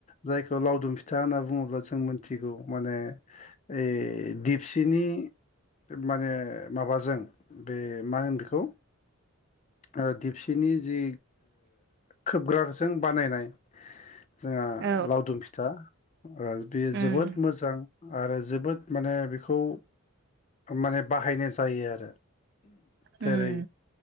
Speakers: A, on the left; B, on the right.
A: जायखौ लावदुम फिथा होनना बुङोब्ला जों मिथिगौ माने ओइ दिपसिनि माने माबाजों बे मा होनो बेखौ ओ दिपसिनि जि खोबग्राजों बानायनाय जोंहा
B: औ
A: लावदुम फिथा ओ बे
B: उम
A: जोबोद मोजां। आरो जोबोद माने बेखौ माने बाहायनाय जायो आरो।
B: उम
A: जेरै